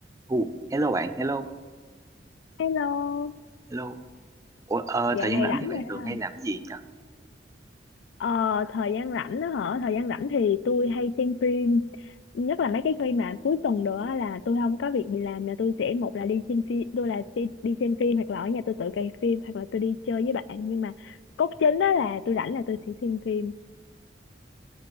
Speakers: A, on the right; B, on the left.
A: Ồ, hello bạn, hello,
B: Hello,
A: hello. Ủa, ờ,
B: dạo
A: thời
B: này
A: gian rảnh
B: rảnh
A: thì bạn
B: rồi.
A: thường
B: đó.
A: hay làm cái gì nhỉ?
B: Ờ, thời gian rảnh đó hả? Thời gian rảnh thì tôi hay xem phim, nhất là mấy cái khi mà cuối tuần nữa á, là tôi không có việc gì làm là tôi sẽ một là đi xem phim, tôi là đi, đi xem phim hoặc là ở nhà tôi tự cày phim hoặc là tôi đi chơi với bạn nhưng mà cốt chính đó là tôi rảnh là tôi sẽ xem phim.